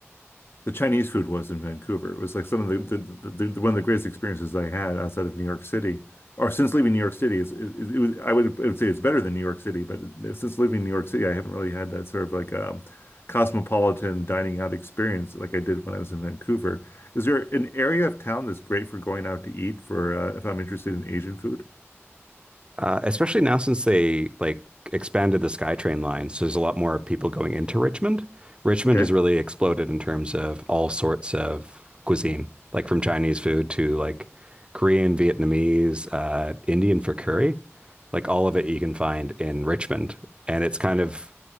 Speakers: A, on the left (about 50°); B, on the right (about 20°).
A: the Chinese food was in Vancouver. It was like some of the, the, the, the one of the greatest experiences I had outside of New York City, or since leaving New York City. It's, it, it was I would I would say it's better than New York City, but since leaving New York City, I haven't really had that sort of like um, cosmopolitan dining out experience like I did when I was in Vancouver. Is there an area of town that's great for going out to eat for uh, if I'm interested in Asian food?
B: Uh, especially now since they like expanded the SkyTrain line, so there's a lot more people going into Richmond. Richmond
A: Okay.
B: has really exploded in terms of all sorts of cuisine, like from Chinese food to like Korean, Vietnamese, uh, Indian for curry. Like all of it you can find in Richmond. And it's kind of